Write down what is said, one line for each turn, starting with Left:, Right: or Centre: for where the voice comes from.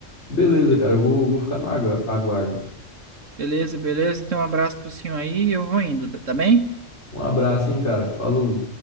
Left: Beleza, cara, eu vou, vou ficar no agu- aguardo.
Right: Beleza, beleza. Então, um abraço pro senhor aí e eu vou indo, tá bem?
Left: Um abraço, hein, cara. Falou.